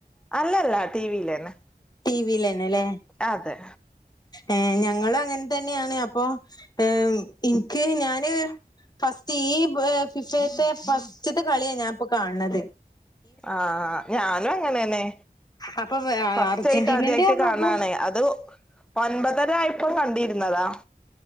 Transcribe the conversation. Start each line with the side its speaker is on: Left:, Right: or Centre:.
Centre: അല്ലല്ല ടി വി യിലേന്നെ
Left: ടി വിലന്നെ അല്ലേ
Centre: അതെ
Left: ഏഹ് ഞങ്ങളും അങ്ങനെ തന്നെയാണ് അപ്പൊ ഏഹ് ഇൻക്ക് ഞാന് ഫസ്റ്റ് ഈ ഫിഫത്തെ ഫസ്റ്റത്തെ കളിയാ ഞാനിപ്പോ കാണത്
Centre: ആഹ് ഞാനും അങ്ങനെന്നെ
Left: അപ്പൊ
Centre: ഫസ്റ്റ്
Left: അർജന്റീനന്റെ
Centre: ആയിട്ട് ആദ്യായിട്ട്
Left: പറഞ്ഞപ്പോ
Centre: കാണാണേ അത് ഒൻപതര ആയപ്പ കണ്ടിരുന്നതാ